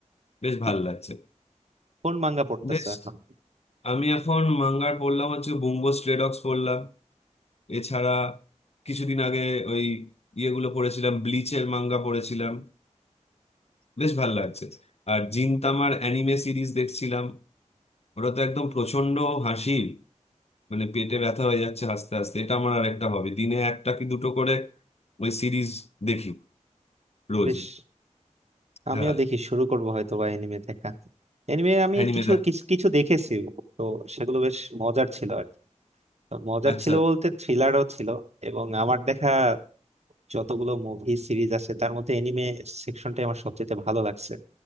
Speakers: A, on the left; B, on the right.
A: বেশ
B: কি-
A: ভালো লাগছে
B: কোন মাঙ্গা পড়তেছো
A: বেশ
B: এখন
A: আমি এখন মাঙ্গার পড়লাম হচ্ছে বুম্বো স্ট্রে ডগস পড়লাম এছাড়া কিছুদিন আগে ওই ইয়েগুলো পড়েছিলাম ব্লিচের মাঙ্গা পড়েছিলাম বেশ ভালো লাগছে আর জিনতামার অ্যানিমে সিরিজ দেখছিলাম ওটা তো একদম প্রচন্ড হাসির মানে পেটে ব্যথা হয়ে যাচ্ছে হাসতে হাসতে এটা আমার আর একটা হবে দিনে একটা কি দুটো করে ওই সিরিজ দেখি রোজ
B: বেশ আমিও
A: হ্যাঁ
B: দেখি শুরু করবো হয়তো বা এনিমে দেখা এনিমে আমি
A: অ্যানিমে
B: কিছু
A: দেখ
B: কিছু কিছু দেখেছি তো সেগুলো বেশ মজার ছিল আর কি তো মজার
A: আচ্ছা
B: ছিল বলতে থ্রিলারও ছিল এবং আমার দেখা যতগুলো মুভি সিরিজ আছে তার মধ্যে এনিমে সেকশনটাই আমার সবচেয়ে ভালো লাগছে